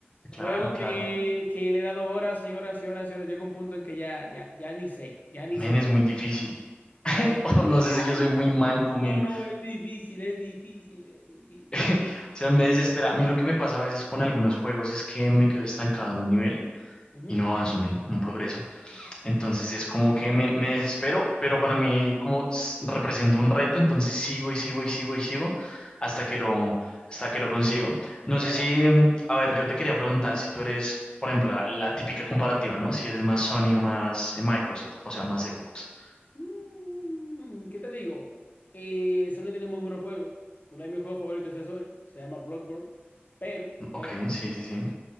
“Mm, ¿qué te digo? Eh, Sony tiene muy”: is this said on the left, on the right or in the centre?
Left